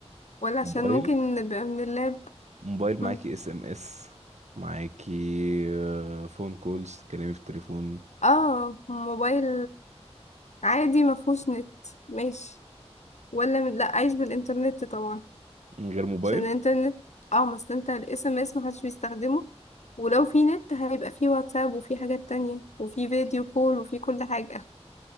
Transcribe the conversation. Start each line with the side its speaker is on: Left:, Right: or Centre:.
Left: ولا عشان
Right: موبايل
Left: ممكن نبقى من اللاب
Right: موبايل
Left: مم.
Right: معاكي اس ام اس معاكي آه، فون كولز تكلمي في التليفون
Left: اه موبايل عادي مفهوش نت ماشي ولا من... لا عايش بالانترنت طبعا
Right: من غير موبايل
Left: عشان الانترنت اه ما اصل انت الاس ام اس محدش بيستخدمه ولو في نت هيبقى في واتساب وفي حاجات تانية وفي فيديو كول وفي كل حاجة